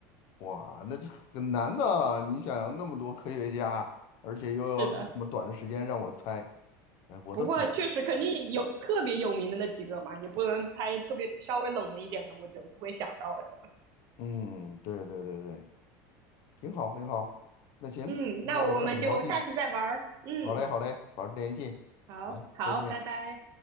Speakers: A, on the left; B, on the right.
A: 哇，那这很难的。你想想，那么多科学家，而且又要在这么短的时间让我猜，
B: 是的。
A: 哎，我都挺……
B: 不过确实肯定有特别有名的那几个嘛，也不能猜特别稍微冷门一点的，我就不会想到了可能。
A: 嗯，对对对对，挺好挺好。那行，
B: 嗯，
A: 今天玩的很高兴，
B: 那我们就下次再玩儿。嗯，
A: 好嘞好嘞，保持联系，
B: 好好，
A: 好，再见。
B: 拜拜。